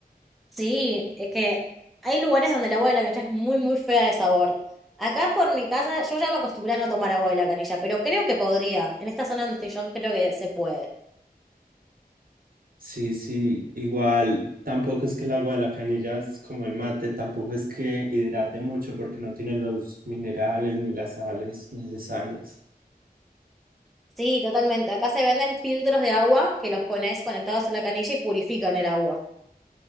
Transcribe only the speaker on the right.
Sí, sí, igual tampoco es que el agua de la canilla es como el mate, tampoco es que hidrate mucho porque no tiene los minerales ni las sales necesarias.